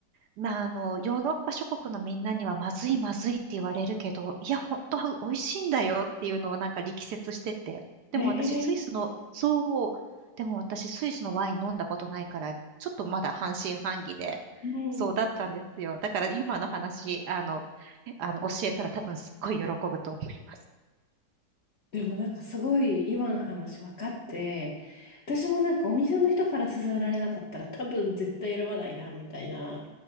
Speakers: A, on the right; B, on the left.
A: まあ、あの、ヨーロッパ諸国のみんなにはまずいまずいって言われるけど、いや、本当は美味しいんだよっていうのをなんか力説してて。でも私、
B: えー、
A: スイスの、そう、でも私、スイスのワイン飲んだことないから、ちょっとまだ半信半疑で、
B: うんうん
A: そうだったんですよ。だから今の話、あの、えあの教えたら多分すっごい喜ぶと思います。
B: でもなんかすごい今の話分かって、私もなんかお店の人から勧められなかったら多分絶対選ばないなみたいな。